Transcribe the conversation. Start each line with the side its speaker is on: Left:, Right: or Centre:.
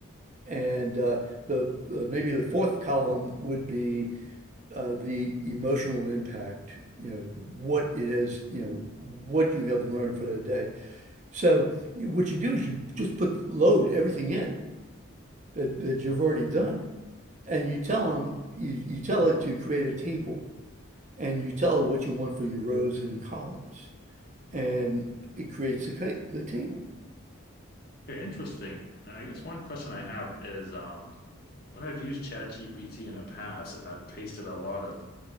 Right: and uh, the uh, maybe the fourth column would be uh, the emotional impact, you know, what it has, you know, what you have learned for that day. So you, what you do is you just put load everything in that, that you've already done. And you tell them, you, you tell it to create a table and you tell it what you want for your rows and your columns. And it creates the, the table.
Left: okay, interesting. And I guess one question I have is, um, When I've used ChatGPT in the past and I've pasted a lot of